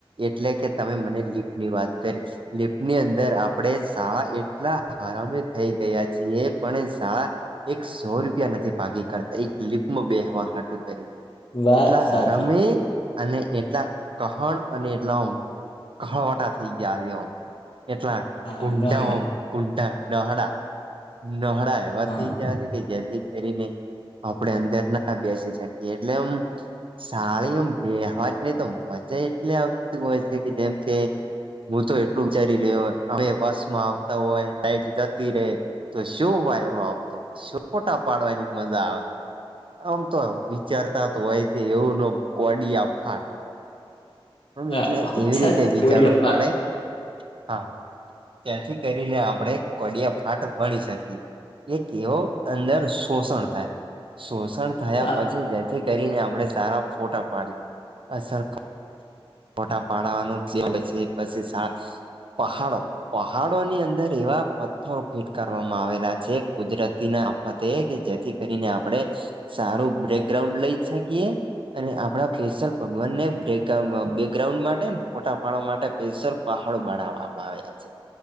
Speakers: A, on the right; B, on the left.
A: એટલે કે તમે મને લિફ ની વાત કરી. લિફ્ટની અંદર આપડે શાળા એટલા હરામે થઈ ગયા છીએ. પણ એ શાળા એક સો રૂપિયા નથી ભાગી કરતા એક લિપમાં બે હવાાટું કર્યું.
B: વાત
A: એટલા
B: સાચી
A: હરામી. અને એટલા કહણ અને એટલા કહણવટા થઈ ગયા છે. એટલા
B: હા
A: કુંડમ
B: નહડ
A: કુંડ ડહડા. નહળા એવા
B: હા
A: થઈ ગયા છે કે જેથી કરીને. આપડ અંદર ના બેસી શકીએ એટલેમ સાળીમાં વ્યવહારની તો મજા એટલે આવતી હોય છે કે જેમ કે હું તો એટલું વિચારી રહ્યો અમે બસ માં આવતા હોય લટ જતી રે. તો શું વાયરો આવતો ખોટા પાડવાની મજા આવે. આમ તો વિચારતા તો હોય છે એવું ન કોડિયા ફાટ. હ
B: હા
A: એટલે
B: પાંચ
A: એવી રીતે વિચારવું
B: કોળિયા પાંચ
A: પડે. હા, ત્યાંથી કરીને આપણેે કોડ હાટ ભળી શકીએ, એક એવ અંદર શોષણ થાય, શોષણ થયા
B: હા
A: પછી જેથી કરીને આપડણે સારા ફોટા પાડી, અ સર મોટા પાડાનું પછી પછી પહાડો પહાડોની અંદર એવા પથ્થરો ફીટ કરવામાં આવેલા છે કુદરતીના વધે કે જેથી કરીને આપણેે સારું બ્રેકગ્રાઉન્ડ લઈ શકીએ, અને આપડા ફસર ભગવાનને બક બેકગ્રાઉન્ડ માટે ફોટા ફાડો માટે પેશલ પહાડો બનાવામાં આવ્યા છે.